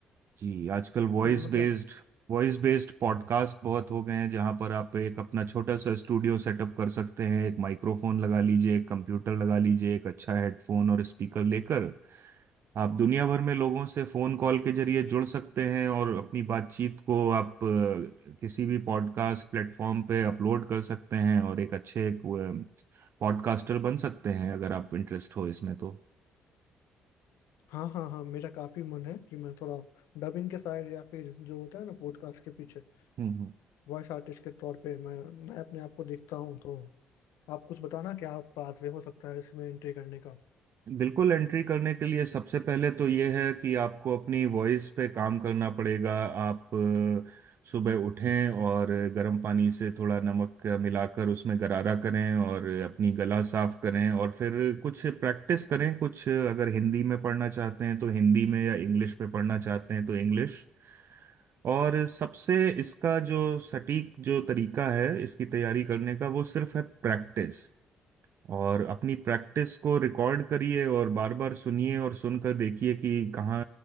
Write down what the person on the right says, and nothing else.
जी आजकल वॉइस
बेस्ड वॉइस बेस्ड पॉडकास्ट बहुत हो गए हैं जहां पर आप एक अपना छोटा सा स्टूडियो सेटअप कर सकते हैं एक माइक्रोफोन लगा लीजिए एक कंप्यूटर लगा लीजिए एक अच्छा हेडफोन और स्पीकर लेकर आप दुनिया भर में लोगों से फोन कॉल के जरिए जुड़ सकते हैं और अपनी बातचीत को आप अ, किसी भी पॉडकास्ट प्लेटफॉर्म पे अपलोड कर सकते हैं और एक अच्छे पॉडकास्टर बन सकते हैं अगर आप इंटरेस्ट हो इसमें तो
हम्म हम्म।
बिल्कुल एंट्री करने के लिए सबसे पहले तो ये है कि आपको अपनी वॉइस पे काम करना पड़ेगा आप अ, सुबह उठें और गर्म पानी से थोड़ा नमक मिलाकर उसमें गरारा करें और अपनी गला साफ करें और फिर कुछ प्रैक्टिस करें कुछ अगर हिंदी में पढ़ना चाहते हैं तो हिंदी में या इंग्लिश में पढ़ना चाहते हैं तो इंग्लिश और सबसे इसका जो सटीक जो तरीका है इसकी तैयारी करने का वो सिर्फ है प्रैक्टिस और अपनी प्रैक्टिस को रिकॉर्ड करिए और बार बार सुनिए और सुनकर देखिए कि कहाँ